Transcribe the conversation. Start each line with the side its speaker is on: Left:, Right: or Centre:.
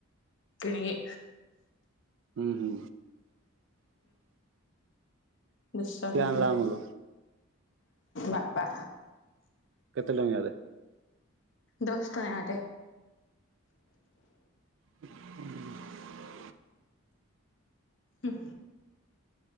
Left: କିଣିକି।
Right: ହୁଁ, ହୁଁ।
Left: ବିଶା
Right: କିଏ
Left: ହଉନି,
Right: ଆଣିଲା ଅମୁଲ
Left: ବାପା
Right: କେତେ ଟଙ୍କାରେ?
Left: ଦଶ ଟଙ୍କା ଟେ?
Right: ହୁଁ।
Left: ହୁଁ,